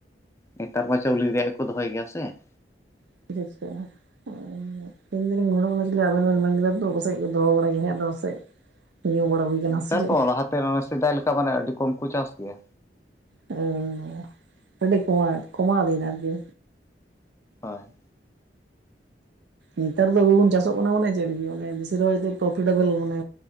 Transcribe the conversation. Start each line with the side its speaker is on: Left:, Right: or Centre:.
Left: ᱱᱮᱛᱟᱨ ᱢᱟ ᱪᱟᱣᱞᱮ ᱨᱮᱭᱟᱜ ᱜᱮ ᱠᱚ ᱫᱚᱦᱚᱭ ᱜᱮᱭᱟ ᱥᱮ ᱾
Right: <unintelligible> ᱤᱧ ᱫᱤᱱᱤᱧ <unintelligible> ᱟᱵᱮᱱ ᱢᱮᱱ ᱠᱮᱫᱟ ᱛᱚ ᱚᱠᱟ ᱥᱮᱫ ᱠᱚ ᱫᱚᱦᱚ ᱵᱟᱲ ᱜᱮ ᱦᱟᱸ ᱟᱫᱚ ᱥᱮᱫ ᱧᱩ ᱵᱟᱲᱟ ᱦᱩᱭ ᱠᱟᱱ
Left: ᱱᱮᱛᱟᱨ
Right: ᱥᱮ ᱪᱮᱫ?
Left: ᱫᱚ ᱞᱟᱦᱟᱛᱮ ᱥᱮᱫᱟᱭ ᱞᱮᱠᱟ ᱢᱟᱱᱮ ᱟᱹᱰᱤ ᱠᱚᱢ ᱠᱚ ᱪᱟᱥ ᱜᱮᱭᱟ᱾
Right: ᱦᱮᱸ ᱚᱰᱤ ᱠᱩᱢᱟᱣ ᱠᱩᱢᱟᱣ ᱵᱮᱱ ᱟᱨᱠᱤ
Left: ᱦᱳᱭ ᱾
Right: ᱱᱮᱛᱟᱨ ᱫᱚ ᱵᱟᱵᱵᱚᱱ ᱪᱟᱥᱚᱜ ᱠᱟᱱᱟ ᱢᱟᱱᱮ ᱪᱮᱫ ᱮ ᱵᱮᱥᱤᱨ ᱵᱷᱟᱜᱽ ᱯᱨᱚᱯᱷᱤᱴ ᱰᱟᱹᱵᱟᱹᱞ ᱢᱟᱱᱮ